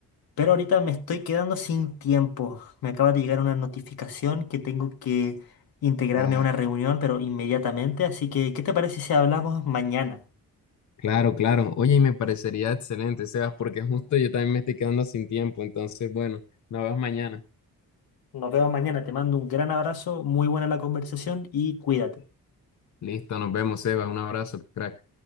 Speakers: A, on the left; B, on the left.
A: Pero ahorita me estoy quedando sin tiempo. Me acaba de llegar una notificación que tengo que integrarme
B: Ah,
A: a una reunión, pero inmediatamente. Así que, ¿qué te parece si hablamos mañana?
B: claro, claro. Oye, y me parecería excelente, Sebas, porque justo yo también me estoy quedando sin tiempo, entonces, bueno, nos vemos mañana.
A: Nos vemos mañana. Te mando un gran abrazo, muy buena la conversación y cuídate.
B: Listo, nos vemos, Sebas. Un abrazo, crack.